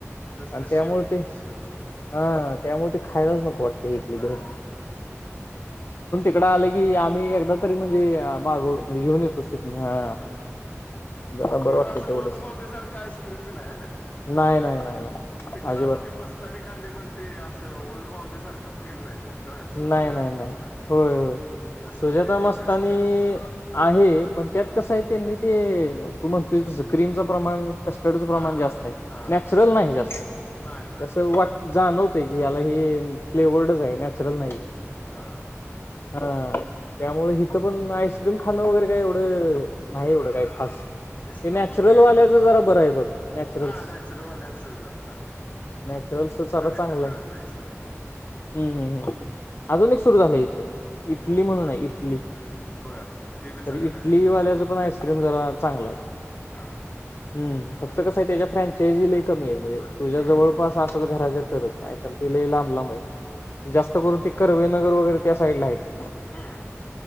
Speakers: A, on the left (about 35°); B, on the left (about 50°).
A: नुसतं
B: आणि
A: शेव
B: त्यामुळे ते
A: शेवच नुसतं
B: हा त्यामुळे ते खायलाच नको वाटते इथली
A: नाहीय
B: भेळ
A: वाट <unintelligible>
B: इकडं आले की आम्ही एकदा तरी म्हणजे माग म्हणजे घेऊन येतोच तिथून हा
A: बरोबर
B: जरा बरं
A: तिकडं
B: वाटतंय
A: असं
B: तेवढंच
A: ओल्ड बॉम्बेसारखा आईस्क्रीम बी नाही आहे ना?
B: नाही नाही नाही नाही
A: तिकडं
B: आजिबात
A: आता ती मस्तनी खाल्ली पण ती असं ओल्ड बॉम्बे सारखं फील नाही त्याड्राय फूड
B: नाही
A: म्हणा
B: नाही
A: हे
B: नाही
A: म्हणा कमी
B: होय होय
A: नसतं
B: सुजाता
A: ते
B: मस्तानी
A: कस्टर्डच सगळं
B: आहे पण त्यात कसं आहे त्यांनी. ते तू म्हणतोय तस. क्रीमचं प्रमाण कस्टर्डचं प्रमाण
A: हा
B: जास्त आहे
A: हा
B: नॅचरल नाही जास्त
A: नाही ना
B: असं वाट जाणवतय की याला हे फ्लेवर्डच आहे नॅचरल नाहीय.
A: हा
B: हं त्यामुळ ही त पण आईस्क्रीम खाणं वगैरे काय एवढं नाही एवढं काय खास.
A: इस्लामपूरला
B: ते नॅचरल
A: एक
B: वाल्याचं
A: नंबर
B: जरा बरं आहे बघ नॅचरलस.
A: हा नॅचरलवाल्यांच जरा चांगलं आहे
B: नॅचरल चं जरा
A: इथं
B: चांगल
A: मिळत
B: आहे.
A: नाही इस्लामपुरात
B: हूं हूं हूं अजून एक सुरू झालं इथं, इटली म्हणून
A: हा
B: आहे इटली.
A: बरं ते बी चांगलं
B: तर इटली
A: आहे का त्यांचं
B: वाल्याच पण आईस्क्रीम जरा चांगल आहे.
A: हा!
B: हूं फक्त कसं आहे त्याच्या फ्रँचायसी लयी कमी आहे म्हणजे तुझ्या
A: हम्म
B: जवळपास असेल घराच्या तरच नाही तर ते लयी लांब
A: हा
B: लांब आहे जास्त करून ते कर्वे नगर वगैरे त्या साईड ला आहेत.
A: हूं!